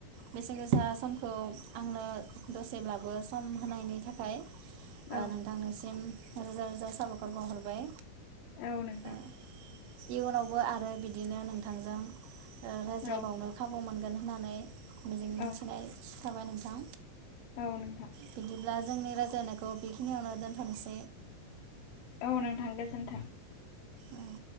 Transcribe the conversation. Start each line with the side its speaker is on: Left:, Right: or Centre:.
Right: बेसेन गोसा समखौ आंनो दसेब्लाबो सम होनायनि थाखाय ओ
Left: औ
Right: नोंथांनिसिम रोजा रोजा साबायखर बावहरबाय।
Left: औ नोंथां।
Right: ओ इयुनावबो आरो बिदिनो नोंथांजों ओ रायज्लायबावनो
Left: औ
Right: खाबु मोनगोन होननानै मिजिं
Left: औ
Right: थिनाय थाबाय नोंथां।
Left: औ नोंथां
Right: बिदिब्ला जोंनि रायज्लनायखौ बेखिनियावनो दोनथांनोसै।
Left: औ नोंथां गोजोनथों।
Right: औ।